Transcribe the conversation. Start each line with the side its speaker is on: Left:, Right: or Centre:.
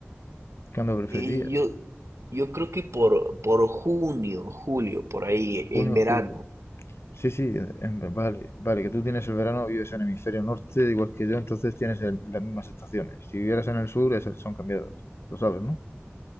Left: ¿Cuándo preferirías?
Right: Eh, yo, yo creo que por, por junio, julio, por ahí, en
Left: Junio
Right: verano.
Left: o julio. Sí, sí, en- vale, vale, que tú tienes el verano, vives en el hemisferio norte, igual que yo, entonces tienes el- las mismas estaciones. Si vivieras en el sur, esas son cambiadas. Lo sabes, ¿no?